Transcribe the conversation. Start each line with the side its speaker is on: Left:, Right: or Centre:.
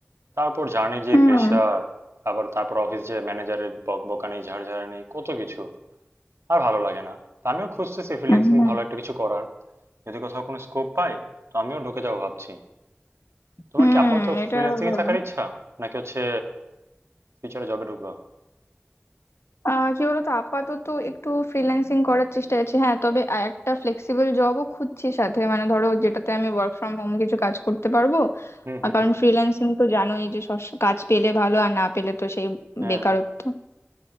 Right: তারপর জার্নির যে
Left: হুম
Right: প্রেশার আবার তারপর অফিস যে ম্যানেজারের বকবকানি ঝাড়ঝাড়ানি কত কিছু আর ভালো লাগে না তো আমিও খুঁজতেছি ফ্রিল্যান্সিং
Left: হুম
Right: ভালো একটা কিছু করার যদি কোথাও কোনো স্কোপ পাই তো আমিও ঢুকে যাবো ভাবছি তোমার
Left: হুম
Right: কি আপাতত
Left: এটা
Right: ফ্রিল্যান্সিং
Left: ভালো
Right: এ থাকার ইচ্ছা নাকি হচ্ছে ফিউচারে জবে ঢুকবা
Left: আহ কি বলতো আপাতত একটু ফ্রিল্যান্সিং করার চেষ্টা আছে হ্যাঁ তবে আ- একটা ফ্লেক্সিবল জবও খুঁজছি সাথে মানে ধরো যেটাতে আমি ওয়ার্ক ফ্রম হোম কিছু কাজ করতে পারবো
Right: হুম হুম
Left: আর কারণ
Right: হুম
Left: ফ্রিল্যান্সিং তো জানোই যে সস- কাজ পেলে ভালো আর না পেলে তো সেই
Right: হ্যাঁ
Left: বেকারত্ব